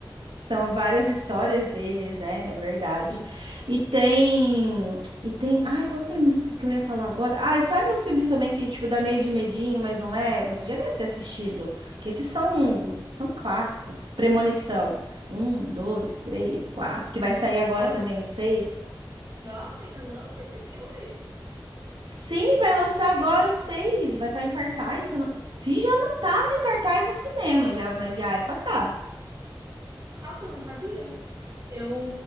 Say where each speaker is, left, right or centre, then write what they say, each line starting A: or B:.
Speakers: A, on the right; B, on the right.
A: São várias histórias deles, né? É verdade.
B: Sim.
A: E tem. E tem. Ai, qual que, é que eu ia falar agora? Ah, sabe uns filmes também que, tipo, dá meio de medinho, mas não é? Você já deve ter assistido. Que esses são, são clássicos. Premonição. Um, dois, três, quatro. Que vai sair agora
B: Ó,
A: também o seis.
B: Nossa, ainda lança esses filmes?
A: Sim, vai lançar agora o seis. Vai estar em cartaz. Se, eu não- se já não tá em cartaz no cinema, já, mas já é pra tá.
B: Nossa, eu não sabia. Eu,